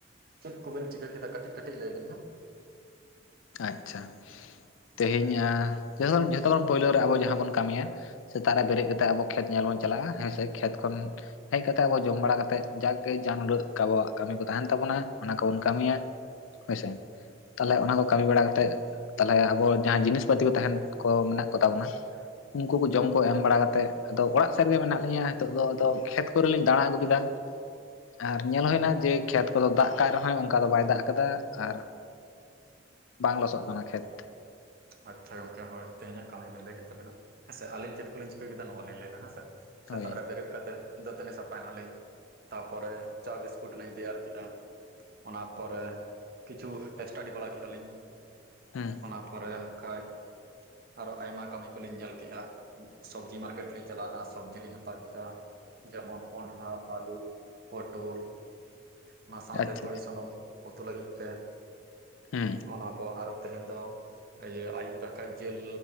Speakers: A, on the right; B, on the left.
A: ᱪᱮᱫ ᱠᱚᱵᱮᱱ ᱪᱤᱠᱟᱹ ᱠᱮᱫᱟ ᱠᱟᱹᱴᱤᱡ ᱠᱟᱹᱴᱤᱡ ᱞᱟᱹᱭ ᱵᱤᱱ ᱦᱟᱸᱜ?
B: ᱟᱪᱪᱷᱟ ᱛᱮᱦᱮᱧ ᱟ, ᱡᱷᱚᱛᱚ ᱠᱷᱚᱱ ᱡᱚᱷᱛᱚ ᱠᱷᱚᱱ ᱯᱳᱭᱞᱳ ᱨᱮ ᱟᱵᱚ ᱡᱟᱦᱟᱸ ᱵᱚᱱ ᱠᱟᱢᱤᱭᱟ ᱥᱮᱛᱟᱜ ᱨᱮ ᱵᱮᱨᱮᱜ ᱠᱟᱛᱮ ᱟᱵᱚ ᱠᱷᱮᱛ ᱧᱮᱞ ᱵᱚᱱ ᱪᱟᱞᱟᱜᱼᱟ, ᱦᱮᱸᱥᱮ ᱠᱷᱮᱛ ᱠᱷᱚᱱ ᱦᱮᱡ ᱠᱟᱛᱮ ᱟᱵᱚ ᱡᱚᱢ ᱵᱟᱲᱟ ᱠᱟᱛᱮᱫ ᱡᱟᱜᱠᱮ ᱡᱟᱦᱟᱸᱱ ᱩᱵᱟᱹᱜ ᱠᱟᱵᱚᱣᱟᱜ ᱠᱟᱢᱤ ᱠᱚ ᱛᱟᱦᱮᱱ ᱛᱟᱵᱚᱱᱟ ᱚᱱᱟ ᱠᱚᱵᱚᱱ ᱠᱟᱢᱤᱭᱟ᱾ ᱦᱳᱭ ᱥᱮ ᱛᱟᱦᱚᱞᱮ
A: ᱟᱪᱪᱷᱟ
B: ᱚᱱᱟ ᱠᱚ ᱠᱟᱹᱢᱤ ᱵᱟᱲᱟ ᱠᱟᱛᱮᱫ ᱛᱟᱦᱚᱞᱮ ᱟᱵᱚ ᱡᱟᱦᱟᱸ ᱡᱤᱱᱤᱥ ᱯᱟᱹᱛᱤ ᱠᱚ ᱛᱟᱦᱮᱱ ᱠᱚ ᱢᱮᱱᱟᱜ ᱠᱚᱛᱟᱵᱚᱱᱟ ᱩᱱᱠᱩ ᱠᱚ ᱡᱚᱢ ᱠᱚ ᱮᱢ ᱵᱟᱲᱟ ᱠᱟᱛᱮᱫ ᱟᱫᱚ ᱚᱲᱟᱜ ᱥᱮᱫ ᱨᱮᱜᱮ ᱢᱮᱱᱟᱜ ᱞᱤᱧᱟᱹ ᱦᱤᱛᱚᱜ ᱫᱚ ᱟᱫᱚ ᱠᱷᱮᱛ ᱠᱚᱨᱮ ᱞᱤᱧ ᱫᱟᱲᱟ ᱟᱹᱜᱩ ᱠᱮᱫᱟ᱾
A: <inaudible>
B: ᱟᱨ ᱧᱮᱞ ᱦᱩᱭᱱᱟ ᱡᱮ ᱠᱷᱮᱛ ᱠᱚᱫᱚ ᱫᱟᱜ ᱠᱟᱜ ᱨᱮᱦᱚᱭ ᱚᱱᱠᱟ ᱫᱚ ᱵᱟᱭ ᱫᱟᱜ ᱠᱟᱫᱟ ᱟᱨ ᱵᱟᱝ ᱞᱚᱥᱚᱫ ᱠᱟᱱᱟ ᱠᱷᱮᱛ᱾
A: ᱟᱪᱪᱷᱟ ᱜᱚᱝᱠᱮ ᱦᱳᱭ ᱛᱮᱦᱮᱧᱟᱜ ᱠᱟᱹᱢᱤ ᱵᱮᱱ ᱞᱟᱹᱭ ᱠᱮᱫ ᱛᱟᱵᱤᱱᱟ ᱦᱮᱸ ᱥᱮ ᱟᱹᱞᱤᱧ ᱪᱮᱫ ᱠᱚᱞᱤᱧ ᱪᱤᱠᱟᱹ ᱠᱮᱫᱟ ᱱᱚᱣᱟ ᱞᱤᱧ ᱞᱟᱹᱭ ᱫᱟ ᱦᱮᱸ ᱥᱮ? ᱥᱮᱛᱟᱜ
B: ᱦᱳᱭ
A: ᱨᱮ ᱵᱮᱨᱮᱫ ᱠᱟᱛᱮ ᱫᱟᱹᱛᱟᱹᱱᱤ ᱥᱟᱯᱷᱟᱭᱮᱱᱟᱞᱤᱧ ᱛᱟᱯᱚᱨᱮ ᱪᱟ ᱵᱤᱥᱠᱩᱴ ᱞᱤᱧ ᱛᱮᱭᱟᱨ ᱠᱮᱫᱟ ᱚᱱᱟ ᱯᱚᱨᱮ ᱠᱤᱪᱷᱩ ᱥᱴᱟᱰᱤ ᱵᱟᱲᱟ ᱠᱮᱫ ᱟᱞᱤᱧ,
B: ᱦᱩᱸ
A: ᱚᱱᱟ ᱯᱚᱨᱮ <unintelligible> ᱟᱨᱚ ᱟᱭᱢᱟ ᱠᱟᱹᱢᱤ ᱠᱚᱞᱤᱧ ᱧᱮᱞ ᱠᱮᱼᱟ, ᱥᱚᱵᱽᱡᱤ ᱢᱟᱨᱠᱮᱴ ᱞᱤᱧ ᱪᱟᱞᱟᱣᱱᱟ ᱥᱚᱵᱽᱡᱤ ᱞᱤᱧ ᱦᱟᱛᱟᱣ ᱠᱮᱼᱟ᱾ ᱡᱮᱢᱚᱱ ᱠᱚᱱᱰᱷᱟ, ᱟᱹᱞᱩ, ᱯᱚᱴᱚᱞ᱾ ᱚᱱᱟ ᱥᱟᱶᱛᱮ
B: ᱟᱪᱪᱷᱟ
A: ᱛᱩᱲᱤ
B: ᱟᱪᱪᱷᱟ
A: ᱥᱩᱱᱩᱢ ᱩᱛᱩ ᱞᱟᱹᱜᱤᱫ ᱛᱮ
B: ᱦᱩᱸ
A: ᱚᱱᱟ ᱠᱚ ᱟᱨᱚ ᱛᱟᱦᱮᱱ ᱫᱚ ᱤᱭᱟᱹ ᱟᱭᱩᱵ ᱫᱚ ᱦᱟᱜᱠᱷᱟᱡ ᱡᱮᱞ